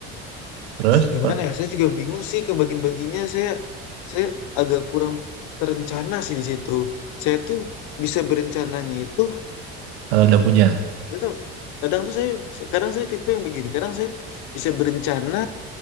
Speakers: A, on the right; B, on the left.
A: Terus,
B: Gimana
A: per-
B: ya? Saya juga bingung sih kebagian-bagiannya. Saya saya agak kurang terencana sih di situ. Saya tuh bisa berencananya itu
A: kalau udah punya.
B: gitu kadang tuh saya kadang saya tipe yang begini kadang saya t- bisa berencana